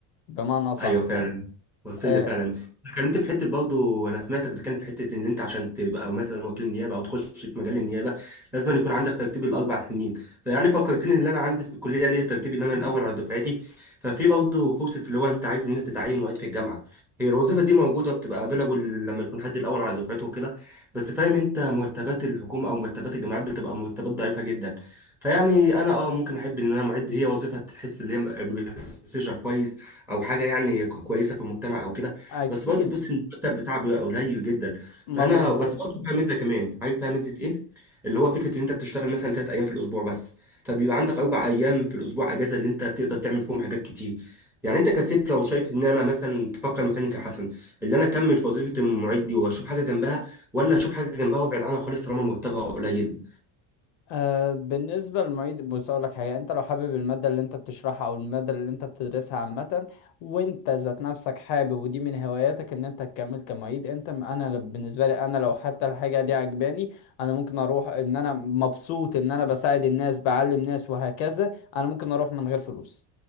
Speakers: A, on the left; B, in the centre.
A: بمعنى صح
B: ايوه فعلا وصل
A: أه
B: لي فعلا اتكلمت في حته برضه انا سمعتك بتتكلم في حته ان انت عشان تبقى مثلا وكيل نيابه او تخش في مجال النيابه لازم يكون عندك ترتيب الاربع سنين فيعني فكرتني ان انا عندي في الكليه ليا ترتيب ان انا الاول على دفعتي ففي برضه فرصه اللي هو انت عارف ان انت تتعين معيد في الجامعه هي الوظيفه دي موجوده بتبقى افيلابل لما يكون حد الاول على دفعته وكده بس فاهم انت مرتبات الحكومه او مرتبات الجامعات بتبقى مرتبات ضعيفه جدا فيعني انا اه ممكن احب ان انا معد هي وظيفه تحس ان هي برستيجها كويس او حاجه يعني ك- كويسه في المجتمع او كده
A: اكيد
B: بس برضه بص المرتب بتاعه بيبقى قليل جدا
A: ما
B: فانا
A: بالظبط
B: بس برضه فيها ميزه كمان عارف فيها ميزه ايه اللي هو فكره ان انت بتشتغل مثلا ثلاث ايام في الاسبوع بس فبيبقى عندك اربع ايام في الاسبوع اجازه اللي انت تقدر تعمل فيهم حاجات كتير يعني انت كسيف لو شايف ان انا مثلا تفكر مكاني كحسن اللي انا اكمل في وظيفه المعيد دي واشوف حاجه جنبها ولا اشوف حاجه جنبها وابعد عنها خالص طالما مرتبها قليل
A: أه بالنسبة للمعيد بص أقول لك حاجة أنت لو حابب المادة اللي أنت بتشرحها أو المادة اللي أنت بتدرسها عامة وأنت ذات نفسك حابب ودي من هواياتك إن أنت تكمل كمعيد أنت م- أنا ل- بالنسبة لي أنا لو حتى الحاجة دي عجباني أنا ممكن أروح إن أنا مبسوط إن أنا بساعد الناس بعلم ناس وهكذا أنا ممكن أروح من غير فلوس